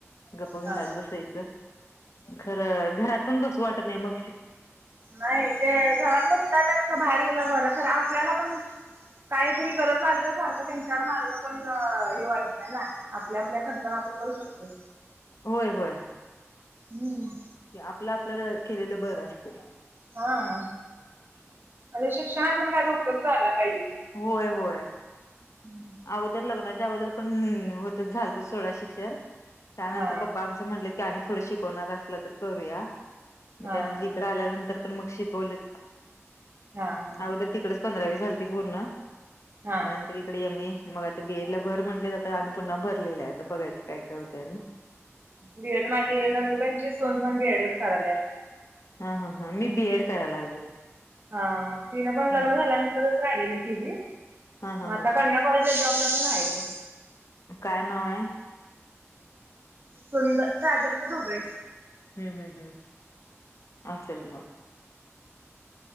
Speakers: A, on the left (about 75°); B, on the right (about 45°).
A: गप्प घरांत
B: हा
A: बसायचं खरं घरांत पणं बसूं वाटतं नाहीं मंग
B: नाहीं ते घरांत बसल्यां पेक्षा बाहेर गेलं बरं खरं आपल्यांला पणं कांहीं तरी गरंज झाली तरं सारखं त्यांच्याकडे मागलं पणं हे वाटतं नाहीं नां आपल्यां आपल्यां खर्चाना आपणं करूं शकतो
A: होयं होयं
B: हम्मं
A: आपलं आपल्यांला केलेलं बरं असतें
B: हां म्ह शिक्षणांत पणं कायं उपयोग झांला पाहिजे की
A: होयं होयं
B: हम्मं
A: अगोदरं लग्नांच्या अगोदरं पणं होतंच झालतंच सोंडा शिक्षणं त्यांनंतर
B: हा
A: पप्पा आम म्हटलं की पुढं शिकवणांर असलां तरं करूंयाग
B: हा
A: त्यांनंतर
B: हा
A: इकडं आल्यानंतर पणं मंग शिकवले
B: हा हा
A: अगोदरं तिकडे चं पंधरावी झालती पूर्ण त्यांनंतर
B: हा.
A: इकडे मी मंग आंता बीएड लां भरं म्हटले जांत आणि पुन्हां भरलेलं आहेता बघायचं कायं कायं होतं
B: बीएड मांझी नंदुबाईची सूंन पणं बीएडच करांयली आंता
A: हां हां हां मी बीएड करायं लागली
B: हां तिनं पणं
A: हा
B: लग्नं झाल्यानंतरचं राहिलेल्या गेली मंग
A: हा हा
B: आंता
A: हा
B: कन्या कॉलेजला जॉबला पणं माहिती
A: कायं नांव आहे
B: सुंदर राजक्तां ढोबळे
A: हम्मं हम्मं हम्मं असेल मंग